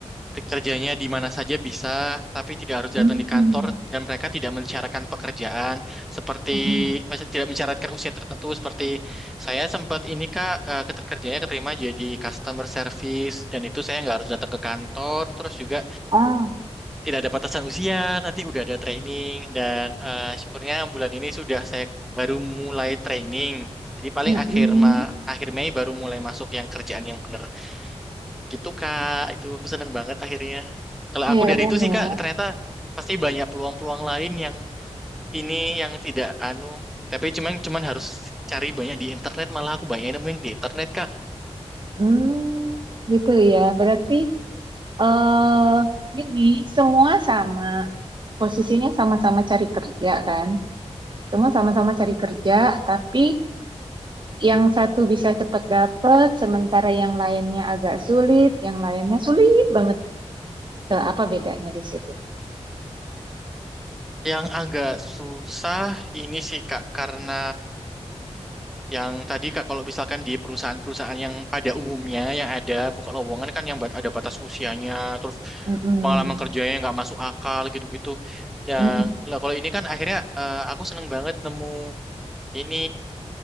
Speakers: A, in the centre; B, on the right (about 45°).
A: kerjanya di mana saja bisa, tapi tidak harus datang
B: mm-mm,
A: di kantor dan mereka tidak mensyaratkan pekerjaan seperti
B: mm-mm.
A: maksudnya tidak mensyaratkan usia tertentu seperti saya sempat ini Kak eh, keter- kerjanya keterima jadi customer service dan itu saya nggak harus datang ke kantor terus juga
B: Oh,
A: tidak ada batasan usia nanti udah ada training dan eh, syukurnya bulan ini sudah saya baru mulai training jadi paling
B: mm-mm.
A: akhir ma akhir Mei baru mulai masuk yang kerjaan yang benar Gitu Kak, itu aku seneng banget akhirnya. Kalau
B: Iya
A: aku
B: keren
A: dari itu
B: ya.
A: sih Kak, ternyata pasti banyak peluang-peluang lain yang ini yang tidak anu. Tapi cuman cuman harus cari banyak di internet, malah aku banyak nemu yang di internet Kak.
B: Hmm, gitu ya. Berarti eh gini, semua sama posisinya sama-sama cari kerja kan? Semua sama-sama cari kerja, tapi yang satu bisa cepat dapat, sementara yang lainnya agak sulit, yang lainnya sulit banget. Eh, apa bedanya di situ?
A: Yang agak susah ini sih Kak, karena yang tadi Kak kalau misalkan di perusahaan-perusahaan yang pada umumnya yang ada buka lowongan kan yang bat- ada batas usianya, terus
B: Mm-mm.
A: pengalaman kerjanya nggak masuk akal gitu-gitu. Dan
B: Mm-mm.
A: lah kalau ini kan akhirnya eh, aku seneng banget nemu. Ini